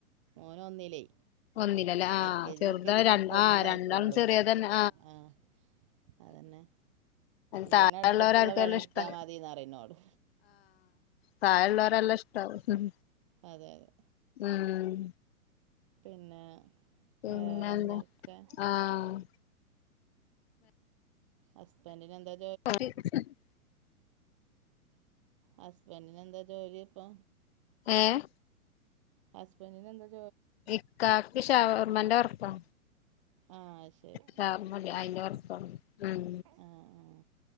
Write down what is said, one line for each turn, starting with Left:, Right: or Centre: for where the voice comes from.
Right: ഓനൊന്നിലെ
Left: ഒന്നിലല്ലേ ആഹ്
Right: എൽ കെ
Left: ചെറുതാ
Right: ജി യു കെ കേജിം കയ്ഞ്
Left: രണ്ട്
Right: പ്പൊ
Left: ആഹ്
Right: ഒന്നിലായ്റ്റൊള്ളു
Left: രണ്ടാളും ചെറിയതന്നെ
Right: ആഹ് അതെന്നെ ഇവെനെട്ത്ത്ട്ടെള്ള
Left: താഴെള്ളോരാർക്കും
Right: പണിട്ത്താ
Left: നല്ല ഇഷ്ടാ
Right: മതിന്നറിം ഇന്നോട്
Left: തായെള്ളോരെ നല്ലെഷ്ട്ടാവും ഉം
Right: അതെ അതെ
Left: ഉം
Right: പിന്നെ
Left: പിന്നെന്താ
Right: വേറെന്തൊക്കെ
Left: ആഹ്
Right: ഹസ്ബെന്റിനെന്താ
Left: <inaudible>
Right: ഹസ്ബെന്റിനെന്താ ജോലി ഇപ്പൊ
Left: ഏഹ്
Right: ഹസ്ബെന്റിനെന്താ
Left: ഇക്കാക്ക് ഷവർമെന്റെ വർക്ക
Right: ആഹ് അത് ശരി
Left: ശ <unintelligible> വർക്കാണ് ഉം
Right: ആഹ് ആഹ്